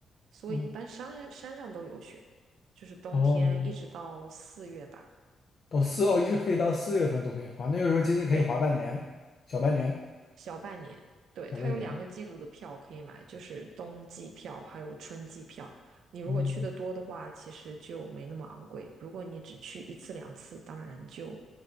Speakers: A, on the right; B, on the left.
A: 所以一般山山上都有雪，
B: 嗯，
A: 就是冬天一直到四月吧。
B: 哦，到四哦，一直可以到四月份都可以滑，那个时候接近可以滑半年，
A: 对。
B: 小半年，
A: 小半年。对，
B: 小半年。
A: 它有两个季度的票可以买，就是冬季票还有春季票。你如果去的多的话，
B: 嗯，
A: 其实就没那么昂贵。如果你只去一次两次，当然就